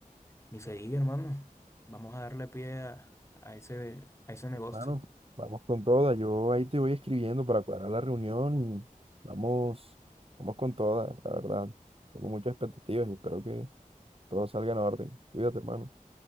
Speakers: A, on the left; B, on the right.
A: ni se diga, hermano. Vamos a darle pie a, a ese, a ese negocio.
B: hermano. Vamos con toda, yo ahí te voy escribiendo para cuadrar la reunión y vamos, vamos con toda, la verdad. Tengo muchas expectativas y espero que todo salga en orden. Cuídate, hermano.